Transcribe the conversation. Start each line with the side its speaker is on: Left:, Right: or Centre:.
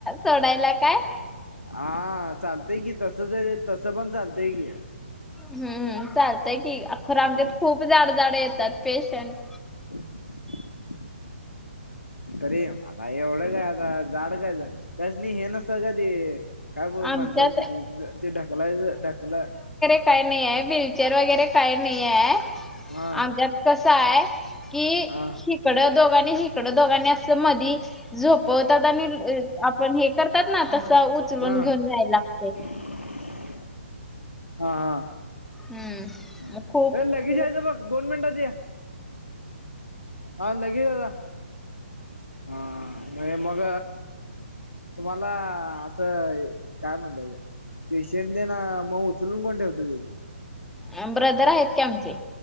Centre: सोडायला काय?
Left: हा चालतय की तस ज तसं पण चालतय की.
Centre: हम्म चालतंय कि आ खर आमच्यात
Left: हा
Centre: खूप जाड जाड येतात पेशंट.
Left: <unintelligible> <inaudible> अरे आता एवढं काय आता जाड काय जाड त्यासनी हे नसत का ते काय बोल म्हणतात
Centre: आमच्यात
Left: किती ते ढकलायच ढकला.
Centre: काही नाही आहे विलचेअर वगैरे काही नाही आहे
Left: हा
Centre: आमच्यात कस आहे कि
Left: हा
Centre: हिकडं दोघांनी हिकडं दोघांनी असं मधी झोपवतात आणि आपण हे करतात ना तस उचलून
Left: हा
Centre: घेऊन जायला लागते.
Left: <unintelligible> हा हा.
Centre: हम्म.
Left: हा
Centre: मग खूप
Left: ए लगेच
Centre: खूप
Left: यायच बघ दोन मिनटात ते. हा लगेळ ला हा! मे मग तुम्हाला असं! काय म्हणत ते? पेशंट ते न मग, उचलून कोण ठेवत?
Centre: अनब्रदर आहेत का? आमचे